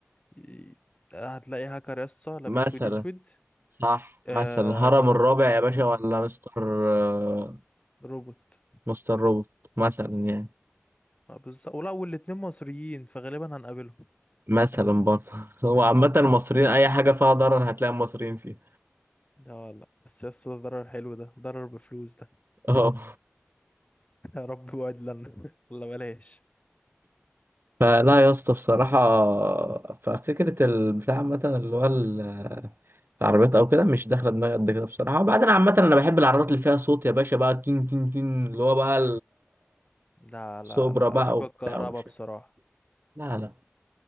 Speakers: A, on the left; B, on the right.
A: ي- هتلاقي هاكر يسطا لابس
B: مثلا
A: ويد اسود
B: صح
A: آه...
B: مثلا الهرم
A: ج-
B: الرابع يا باشا ولا مستر آه
A: روبوت
B: مستر روبوت مثلا يعني
A: آه بالظبط ولا والاتنين مصريين فغالبا هنقابلهم
B: مثلا برضه <laughs> هو عامة المصريين أي حاجة فيها ضرر هتلاقي المصريين فيها
A: ده والله بس يسطا ده ضرر حلو ده ضرر بفلوس ده
B: اه
A: <laughs> يا رب وعد لنا <laughs> ولا بلاش
B: فلا يا اسطى بصراحة ففكرة البتاع عامة اللي هو ال- العربيات أو كده مش داخلة دماغي قد كده بصراحة وبعدين عامة أنا بحب العربيات اللي فيها صوت يا باشا بقى تين تين تين اللي هو بقى
A: لا لا
B: السوبرا
A: لا
B: بقى
A: بحب
B: وبتاع
A: الكهرباء
B: ومش
A: بصراحة
B: لا لا